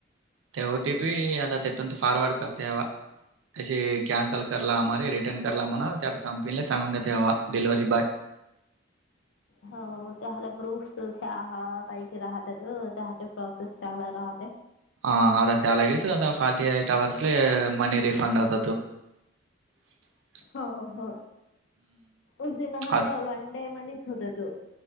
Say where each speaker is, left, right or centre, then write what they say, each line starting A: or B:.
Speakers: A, on the right (about 80°); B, on the left (about 75°).
A: ते ओटी पी आता तेथून फॉरवर्ड करते ह असे कॅन्सल कला आमे रिटर्न करला म्हणा त्याच कंपनीला सांगून घेत ते हवा डिलिव्हरी बॉय
B: हो त्या हला प्रूफ्या काही क राहत त्या प्रोसेस चांगला राहते
A: ह आता तेलागीस आ फार्टी एट अवर्सले मनी रिफंड आतात हो
B: हो हो उसिन ह
A: आ-
B: वन डे मध्येच होत तू